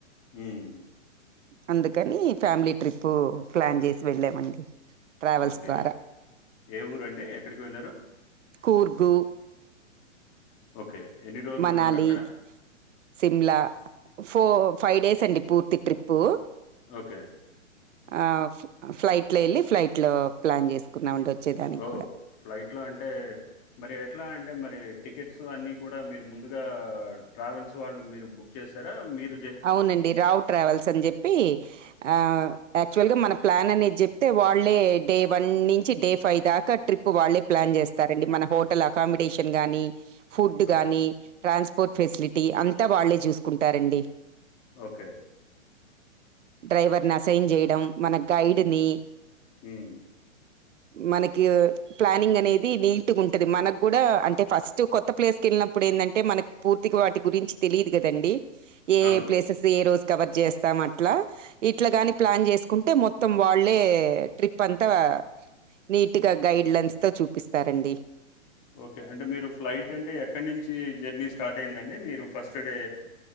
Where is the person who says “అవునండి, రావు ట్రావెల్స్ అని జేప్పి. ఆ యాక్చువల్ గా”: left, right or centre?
Right